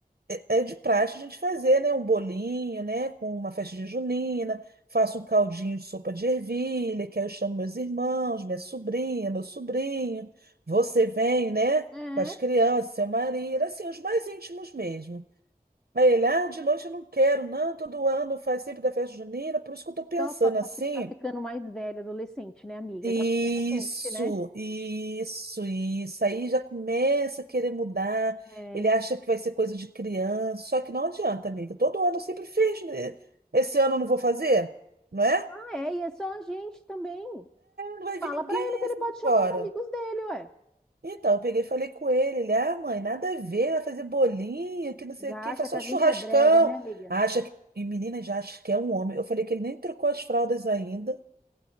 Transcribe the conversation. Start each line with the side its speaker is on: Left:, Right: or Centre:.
Right: É é de praxe a gente fazer, né, um bolinho, né, com uma festinha junina, faço um caldinho de sopa de ervilha, que aí eu chamo meus irmãos, minha sobrinha, meu sobrinho, você vem, né,
Centre: É,
Right: com as crianças, seu marido, assim, os mais íntimos mesmo. Aí ele, ah, de noite eu não quero, não, todo ano faz sempre da festa junina, por isso que eu tô pensando
Centre: só pra tá,
Right: assim,
Centre: tá ficando mais velha, adolescente, né, amiga?
Right: isso,
Centre: Já não quer a gente, né?
Right: isso, isso. Aí já começa a querer mudar.
Centre: É.
Right: Ele acha que vai ser coisa de criança. Só que não adianta, amiga. Todo ano eu sempre fiz. né? Esse ano eu não vou fazer, não é?
Centre: Ah, é, e é só a gente também.
Right: Não vai
Centre: Fala
Right: vir ninguém
Centre: pra ele que
Right: assim
Centre: ele pode
Right: de
Centre: chamar
Right: fora.
Centre: os amigos dele, ué.
Right: Então, eu peguei e falei com ele. Ele, ah, mãe, nada a ver, vai fazer bolinho, que não sei
Centre: Já
Right: o quê,
Centre: acha
Right: faz
Centre: que
Right: só
Centre: a
Right: churrascão.
Centre: gente é brega, né, amiga?
Right: Acha que. E menina já acha que é um homem. Eu falei que ele nem trocou as fraldas ainda